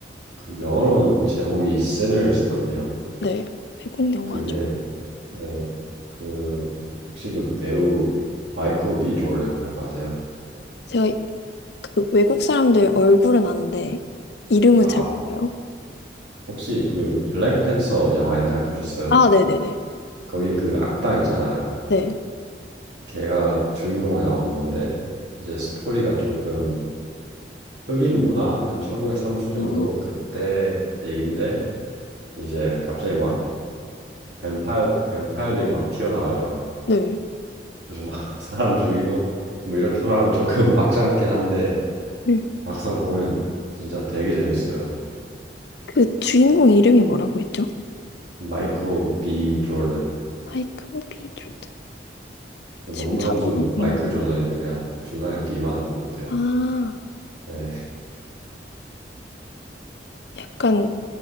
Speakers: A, on the right; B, on the left.
A: 그 영어로는 제목이 Sinners거든요.
B: 네, 외국 영화죠.
A: 그게 네, 그 혹시 그 배우 마이클 B 조던이라고 아세요?
B: 제가 그 외국 사람들 얼굴은 아는데 이름은
A: 아,
B: 잘 몰라요.
A: 혹시 그 블랙팬서 영화 옛날에 보셨어요?
B: 아, 네네네.
A: 거기 그 악당 있잖아요.
B: 네.
A: 걔가 주인공에 나오는 건데 이제 스토리가 조금 흑인 문화 한 1930년도
B: 어.
A: 그때 얘긴데 이제 갑자기 막 뱀파이어 뱀파이어들이 막 튀어나와요.
B: 네.
A: 그래서 막 <laughs> 사람 죽이고 뭐 이렇게 말하면 조금 막장 같긴 한데
B: 네.
A: 막상 보면 진짜 되게 재밌어요.
B: 그 주인공 이름이 뭐라고 했죠?
A: 마이클 B 조던.
B: 마이클 B. 조던.
A: 농구
B: 지금 찾아보고
A: 선수 마이클
B: 있는.
A: 조던인데 그냥 중간에 B만 넣으면 돼요.
B: 아,
A: 네,
B: 약간